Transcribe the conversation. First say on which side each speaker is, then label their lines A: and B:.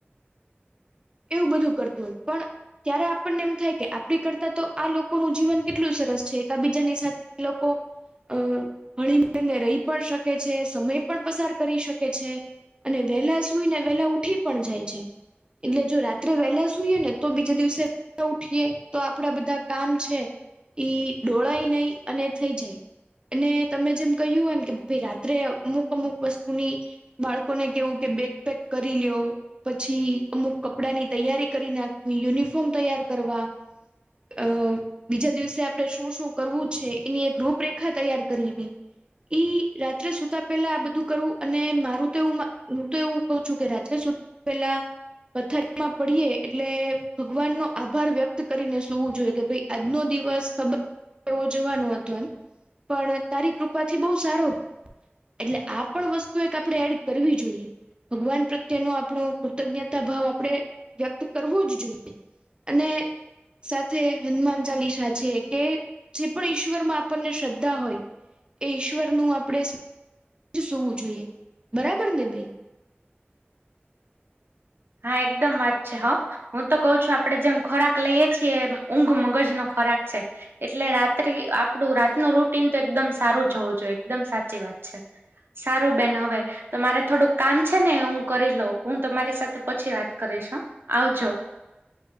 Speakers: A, on the right; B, on the right.
A: એવું બધું કરતું હોય પણ ત્યારે આપણને એમ થાય કે આપડી કરતા તો આ લોકોનું જીવન કેટલું સરસ છે એક બીજાની સાથે એલોકો અ હળીને રહી પણ શકે છે સમય પણ પસાર કરી શકે છે. અને વેહેલા સુઈ ને વહેલા ઉઠી પણ જાય છે. એટલે જો રાત્રે વેલા સુઈએ ને તો બીજા દિવસે ઉઠીએ તો આપડા બધા કામ છે. ઈ ડોળાય નહી અને થઈ જાય. અને તમે જેમ કહ્યું એમ કે ભ રાત્રે અમુક અમુક વસ્તુની બાળકોને કેવું કે બેગ પેક કરી લ્યો પછી અમુક કપડાની તૈયારી કરી નાખવી યુનિફોર્મ તૈયાર કરવા અ બીજા દિવસે આપણે શું શું કરવું છે એની એક રૂપરેખા તૈયાર કરવી. ઈ રાત્રે સુતા પેલા આ બધું કરવું અને મારું તો હું તો એવું ક છું કે રાત્રે સુ પેલા પથારીમાં પડીએ એટલે ભગવાન નો આભાર વ્યક્ત કરીને સુવું જોઈએ કે ભાઈ આજનો દિવસ ખબર એવો જોવાનો હતો એમ પણ તારી કૃપાથી બહુ સારો એટલે આ પણ વસ્તુ એક આપણે એડ કરવી જોઈએ. ભગવાન પ્રત્યે ન આપણો કૃતજ્ઞતા ભાવ આપણે વ્યક્ત કરવો જ જોઈએ. અને સાથે હનુમાન ચાલીસા છે કે જે પણ ઈશ્વર માં આપણને શ્રદ્ધા હોય એ ઈશ્વર નું આપણે સુવું જોઈએ બરાબર ને બેન!
B: હા એકદમ વાચ છે હ. હું તો કઉ છું આપડે જેમ ખોરાક લઈએ છીએ ઊંઘ મગજ નો ખોરાક છે. એટલે રાત્રિ આપડું રાતનું રૂટીન તો એકદમ સારું જવું જોઈએ એકદમ સાચી વાત છે. સારું બેન હવે તો મારે થોડુંક કામ છે ને હું કરી લઉં હું તમારી સાથે પછી વાત કરીશ હ આવજો.